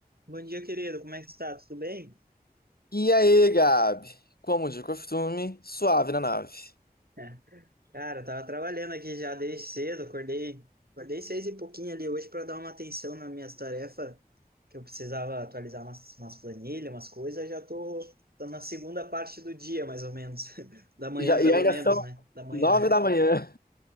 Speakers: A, on the right (about 70°); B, on the left (about 70°).
A: Bom dia, querido. Como é que tu tá? Tudo bem?
B: E aí, Gabi? Como de costume, suave na nave.
A: É. Cara, eu tava trabalhando aqui já desde cedo, acordei, acordei seis e pouquinho ali hoje para dar uma atenção nas minhas tarefas, que eu precisava atualizar umas, umas planilhas, umas coisas, já tô, tô na segunda parte do dia, mais ou menos. <laughs> Da manhã,
B: E Já,
A: pelo
B: e ainda
A: menos,
B: são
A: né? Da manhã.
B: nove
A: <laughs>
B: da manhã.